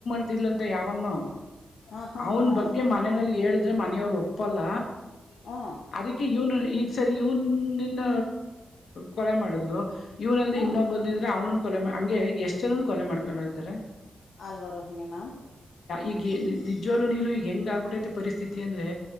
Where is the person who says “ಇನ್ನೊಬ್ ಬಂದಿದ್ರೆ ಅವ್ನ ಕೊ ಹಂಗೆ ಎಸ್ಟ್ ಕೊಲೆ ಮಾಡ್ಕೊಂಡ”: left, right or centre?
Left